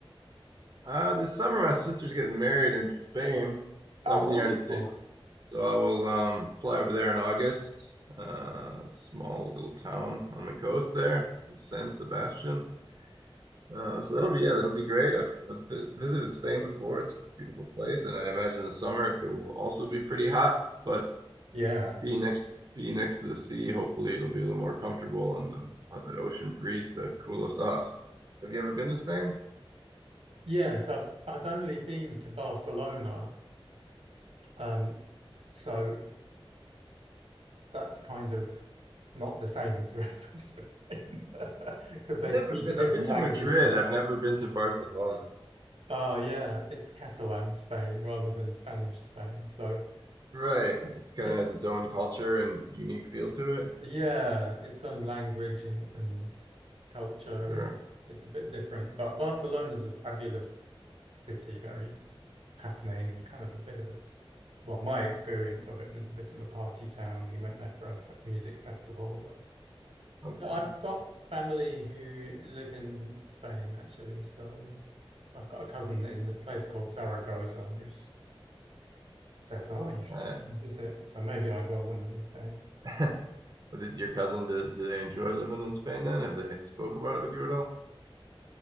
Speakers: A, on the right; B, on the right.
A: uh, this summer my sister's getting married in Spain. So
B: Oh,
A: I'm from
B: wonderful.
A: the United States. So I will um fly over there in August. Uh, small little town on the coast there, San Sebastian. Uh, so that'll be yeah, that'll be great. I've, I've vi- visited Spain before. It's a beautiful place, and I imagine the summer it will also be pretty hot. But
B: Yeah.
A: being next being next to the sea, hopefully it'll be a little more comfortable, and uh, we'll have that ocean breeze to cool us off. Have you ever been to Spain?
B: Yes, I've I've only been to Barcelona. Um, so that's kind of not the same as the rest of Spain <laughs> because
A: I've
B: they
A: never
B: speak
A: been.
B: a different
A: I've been to
B: language
A: Madrid.
B: there.
A: I've never been to Barcelona.
B: Oh yeah, it's Catalan Spain rather than Spanish Spain. So
A: Right. It kind
B: it
A: of has its own culture and unique feel to it.
B: yeah, its own language and, and culture.
A: Sure.
B: It's a bit different. But Barcelona's a fabulous city, very happening, kind of a bit of a well, my experience of it was a bit of a party town. We went there for a music festival.
A: Okay.
B: I've got family who live in Spain, actually. So I've got a cousin in the place called Zaragoza who says, "Oh, you should
A: Uh,
B: visit." So maybe I will one of these days.
A: <laughs> what is your cousin? Do, do they enjoy living in Spain then? Have they spoke about it with you at all?